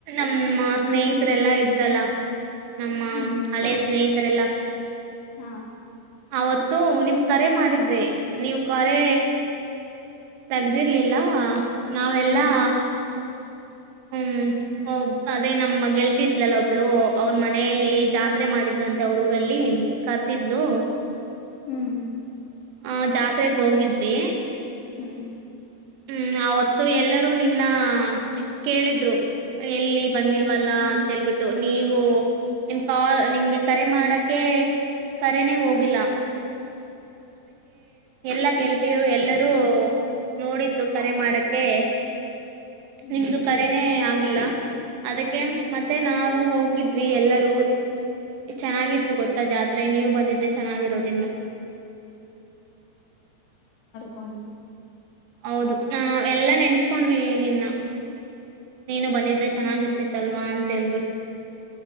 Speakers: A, on the right (about 85°); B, on the left (about 90°).
A: ಹ್ಮ್ ಸ್ನೇಹಿತರೆಲ್ಲಾ ಇದ್ರಲ್ಲ. ನಮ್ಮ
B: ಹ್ಮ್
A: ಹಳೆ ಸ್ನೇಹಿಿತ. ತರಲ್ಲ.
B: ಹಾ
A: ಅವತ್ತು ನಿಮ. ಕರೆ ಮಾಡಿದ್ರೆ ನೀವು ಕರೆ ತಗ್ದಿರ್ಲಿಲ್ಲ ನಾವೆಲ್ಲಾ.
B: ಹ್ಮ್
A: ಹ್ಮ್ ಅದೇ ನಮ್ಮ್ಗೆಲ್. ಿದ್ಲಲ್ಲ ಒಬ್ಳು ಅವ್ರ ಮನೆಯಲ್ಲಿ ಜಾತ್ರೆ ಮಾಡಿದ. ್ರಂತೆ ಅವ್ರ ಊರಲ್ಲಿ ಕರ್ದಿದ್ಲು.
B: ಹ್ಮ್
A: ಹ ಜಾತ್. ಹೋಗಿದ್ವಿ.
B: ಹ್ಮ್
A: ಹ್ಮ್ ಅವತ್ತು ಎಲ್ಲರೂ ನಿನ್ನ ಕೇಳಿದ್ರು ಎಲ್ಲಿ ಬಂದಿಲ್ವಲ್ಲ ಅಂತೇಳ್ಬಿಟ್ಟು ನೀವು. ನಿಮ್ ಕಾಲ್ ನಿಮ್ಗೆ ಕರೆ ಮಾಡಕ್ಕೆ ಕರೆನೇ ಹೋಗಿಲ್ಲ. ಎಲ್ಲಗೆೇಳ್ತರು ಎಲ್ಲರೂ ನೋಡಿದ್ರು ಕರೆ ಮಾಡಕ್ಕೆ.
B: ಹ್ಮ್
A: ನಿಮ್ದು ಕರೆನೆೇ ಆಗಿಲ್ಲ. ಅದಕ್ಕೆ
B: ಹ್ಮ್
A: ಮತ್ತೆ ನಾವು ಹೋಗಿದ್ವಿ ಎಲ್ಲರೂ ಚೆನ್ನಾಗಿತ್ತು ಗೊತ್ತ ಜಾತ್ರೆ ನೀವು ಬಂದಿದ್ರೆ ಚೆನ್ನಾಗಿರೋದಿನ್ನು.
B: ಕಣ.
A: ಹೌದು ನ ಎಲ್ಲಾ ನೆನ್ಸ್ಕೊಂಡ್ವಿ ನಿನ್ನ ನೀನು ಬಂದಿದ್ರೆ
B: ಹ್ಮ್
A: ಚೆನ್ನಾಗಿರ್ತಿತ್ತಲ್ವಾ ತೇಳ್ಬಿಟ್ಟು